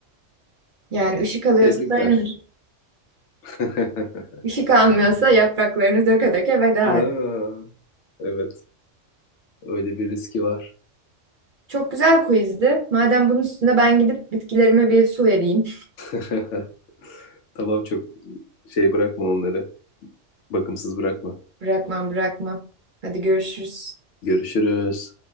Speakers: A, on the right (about 50°); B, on the left (about 75°).
A: yani ışık alıyorsa
B: Tebrikler.
A: dayanır.
B: <laughs>
A: Işık almıyorsa yapraklarını döke döke veda
B: Ha, evet. Öyle bir riski var.
A: Çok güzel quizdi. Madem bunun üstüne ben gidip bitkilerime bir su vereyim.
B: <laughs> Tamam çok şey bırakma onları. Bakımsız bırakma.
A: <laughs> Bırakmam bırakmam. Hadi görüşürüz.
B: Görüşürüz.